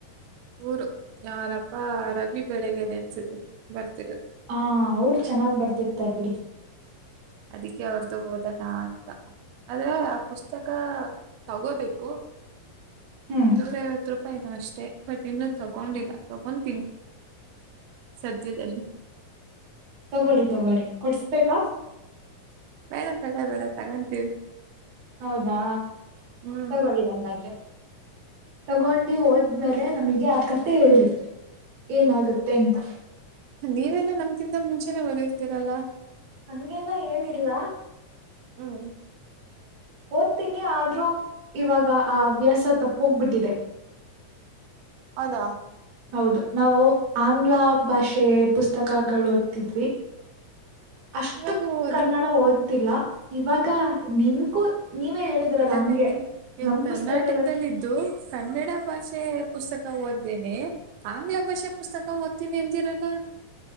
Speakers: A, on the right (about 90°); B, on the right (about 60°).
A: ಊರು ಯಾರಪ್ಪ ರವಿ ಬೆಳಿಗರೆ ಅನ್ಸುತ್ತೆ ಬರ್ತ
B: ಹಾ ಊರ್ ಚೆನ್ನಾಗ್ ಬರ್ತಿರ್ತರ್ ಬಿಡಿ
A: ಅದಕ್ಕೆ ಅವ್ರ್ದು ಹೋದಣ ಅಂತ ಆದ್ರೆ ಆ ಪುಸ್ತಕ ತಗೋಬೇಕು
B: ಹ್ಮ್
A: ನೂರ ಐವತ್ತು ರೂಪಾಯಿನ ಅಷ್ಟೆ ಬಟ್ ಇನ್ನೂ ತಗೊಂಡಿಲ್ಲ ತಗೊತೀನಿ ಸದ್ಯದಲ್ಲಿ
B: ತಗೊಳ್ಳಿ ತಗೊಳ್ಳಿ ಕುಡ್ಸ್ಬೇಕಾ
A: ಬೇಡ ಬೇಡ ಬೇಡ ತಗೊಂತೀವಿ
B: ಹೌದಾ
A: ಹ್ಮ್
B: ತಗೊಳ್ಳಿ ಹಂಗಾದೆ ತಗೊಂಡಿ ಹೋದ್ಮೇಲೆ ನಮಗೆ ಆಕತ್ ಮತ್ತೆ ಹೇಳಿ ಏನಾಗುತ್ತೆ ಅಂತ
A: ನೀವೆಲ್ಲಾ ನಮ್ಕಿಂತ ಮುಂಚೆನೆ ಓದಿರ್ತೀರಲ್ಲ
B: ಹಂಗೆಲ್ಲ ಏನಿಲ್ಲ
A: ಹ್ಮ್
B: ಓದ್ತೀನಿ ಆದ್ರೂ ಇವಾಗ ಆ ಹವ್ಯಾಸ ತಪ್ಪೋಗ್ಬಿಟ್ಟಿದೆ
A: ಹೌದಾ
B: ಹೌದು ನಾವು ಆಂಗ್ಲ ಭಾಷೆ ಪುಸ್ತಕಗಳು ಓದ್ತಿದ್ವಿ ಅಷ್ಟು
A: ಇವಾಗ ಓದಿ
B: ಕನ್ನಡ ಓದ್ತಿಲ್ಲ ಇವಾಗ ನಿಮ್ಗೂ ನೀವೇ ಹೇಳಿದ್ರಲ್ಲ
A: ಅಲ್ಲಾಕನ್ರಿ
B: ಹಂಗೆ
A: ಇವ
B: ನಮ್
A: ಕರ್ನಾಟಕದಲ್ಲಿದ್ದು
B: ಪುಸ್ತಕಗಳು
A: ಕನ್ನಡ ಭಾಷೆ ಪುಸ್ತಕ ಸ್ ಓದ್ನೆ ಆಂಗ್ಲ ಭಾಷೆ ಪುಸ್ತಕ ಓದ್ತೀನಿ ಎಂದಿರಲ್ಲ